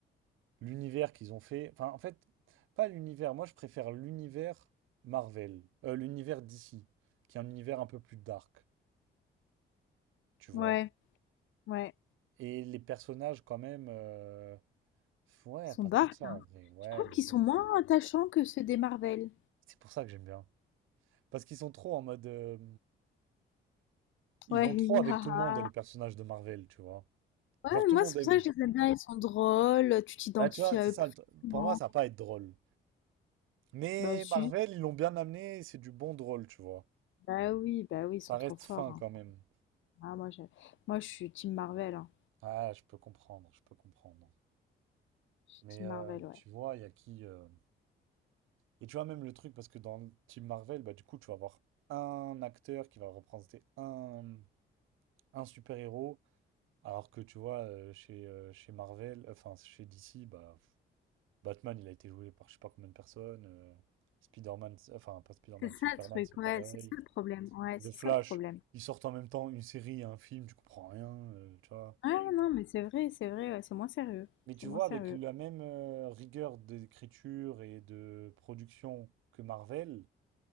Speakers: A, on the right (about 90°); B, on the left (about 75°).
A: L'univers qu'ils ont fait. Enfin, en fait, pas l'univers. Moi, je préfère l'univers Marvel. Euh, l'univers DC, qui est un univers un peu plus dark, tu vois.
B: ouais, ouais.
A: Et les personnages, quand même, euh, ouais,
B: Ils sont
A: pas
B: dark,
A: tant que ça
B: hein.
A: en vrai. Ouais,
B: Je trouve
A: mais
B: qu'ils sont
A: bon,
B: moins attachants que ceux des Marvel.
A: c'est pour ça que j'aime bien. Parce qu'ils sont trop en mode. euh, Ils
B: Ouais,
A: vont
B: <laughs> hi,
A: trop avec
B: ha, ha.
A: tout le monde, les personnages de Marvel, tu vois.
B: Ouais,
A: Genre, tout
B: moi,
A: le monde
B: c'est pour
A: aime.
B: ça que je les aime bien. Ils sont drôles, tu t'identifies
A: Bah, tu vois,
B: à
A: c'est
B: eux
A: ça.
B: plus
A: le tr-
B: facilement.
A: Pour moi, ça va pas être drôle. Mais
B: Bah, si.
A: Marvel, ils l'ont bien amené, c'est du bon drôle, tu vois.
B: Bah oui, bah oui, ils
A: Ça
B: sont trop
A: reste
B: forts.
A: fin
B: hein.
A: quand même.
B: Ah, moi, je, moi, je suis Team Marvel. hein.
A: Ah, je peux comprendre, je peux comprendre.
B: Je suis
A: Mais
B: Team
A: euh,
B: Marvel, ouais.
A: tu vois, il y a qui. euh, Et tu vois, même le truc, parce que dans le Team Marvel, bah, du coup, tu vas avoir un acteur qui va représenter un. un super-héros, alors que tu vois, euh, chez, euh, chez Marvel, enfin chez DC, bah, pff, Batman, il a été joué par je sais pas combien de personnes, euh, Spider-Man, c'est- enfin pas Spider-Man,
B: C'est ça
A: Superman,
B: le truc,
A: c'est
B: ouais,
A: pareil,
B: c'est ça le problème, ouais, c'est
A: The Flash,
B: ça le problème.
A: ils sortent en même temps une série, et un film, tu comprends rien, euh, tu vois.
B: Ouais, non, mais c'est vrai, c'est vrai, ouais, c'est moins sérieux,
A: Mais tu
B: c'est moins
A: vois,
B: sérieux.
A: avec la même euh, rigueur d'écriture et de production que Marvel,